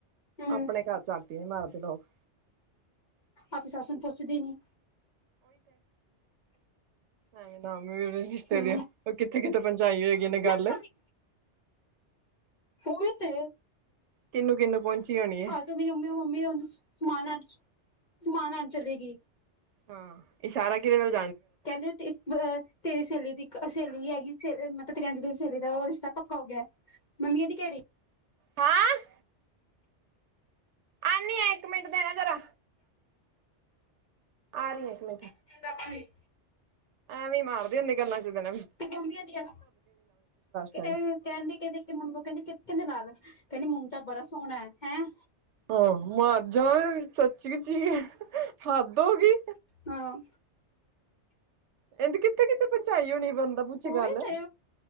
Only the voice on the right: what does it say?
ਆਪਣੇ ਘਰ ਚ ਝਾਤੀ ਨੀ ਮਾਰਦੇ ਲੋਕ
ਐਵੇ ਨੀ ਰਿਸ਼ਤੇ
ਦੀਆਂ ਉਹ ਕਿਥੇ-ਕਿਥੇ ਜਾਈ ਹੋਗੀ ਨੇ ਗੱਲ
ਕਿਹਨੂੰ-ਕਿਹਨੂੰ ਪਹੁੰਚੀ ਹੋਣੀ ਐ।
ਹਾਂ, ਇਸ਼ਾਰਾ ਕਿਰੇ ਨਾਲ
ਹਾਂ । ਆਉਂਦੀ ਹਾਂ, ਇੱਕ ਮਿੰਟ ਦੇਣਾ ਜਰਾ, ਆ ਰਹੀ ਆ ਇੱਕ ਮਿੰਟ।
ਐਵੇਂ ਮਾਰਦੀ ਹੁੰਦੀ, ਗੱਲਾਂ ਚ ਗੱਲ
ਕਰੀ।
ਹਾਂ, ਮਰ ਜਾ ਸੱਚੀ ਸੀ ਹੱਦ ਹੋ ਗਈ।
ਕਹਿੰਦੀ ਕਿੱਥੇ- ਕਿਥੇ ਪਹੁੰਚਾਈ ਹੋਣੀ, ਬੰਦਾ
ਪੁੱਛ
ਗੱਲ